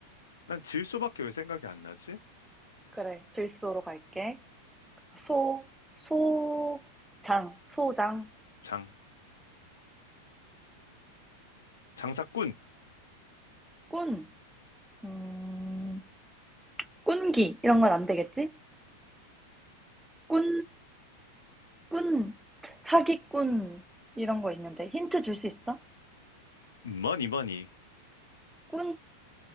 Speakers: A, on the left; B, in the centre.
A: 난 질소밖에 왜 생각이 안 나지?
B: 그래, 질소로 갈게. 소, 소장, 소장,
A: 장, 장사꾼.
B: 꾼. 음, 꾼기 이런 건 안 되겠지? 꾼, 꾼, 사기꾼 이런 거 있는데 힌트 줄 수 있어?
A: 머니, 머니.
B: 꾼,